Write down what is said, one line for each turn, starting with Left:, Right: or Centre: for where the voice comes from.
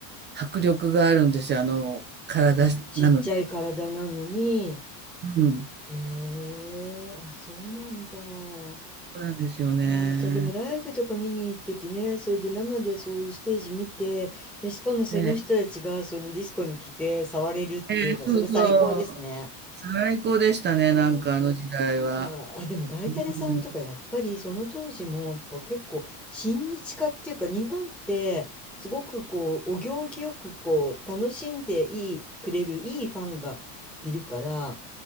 Right: 迫力があるんですよ、あの、体なのに。
Centre: そのちっちゃい体なのに、
Right: うん、
Centre: へえ、あ、そうなんだ。あ
Right: そうなんですよね。
Centre: ーじゃあでもライブとか見に行っててね、それで生でそういうステージ見て、で、しかもその人たちがそのディスコに来て触れるっていうのは、
Right: ねええ、そうそう。
Centre: それ最高ですね。
Right: 最高でしたね、
Centre: うん。
Right: なんかあの時代は。
Centre: いや、あ、でもガイタレさんとかやっぱりその当時もやっぱ結構親日家っていうか日本ってすごくこうお行儀よくこう楽しんでいいくれるいいファンがいるから
Right: うん。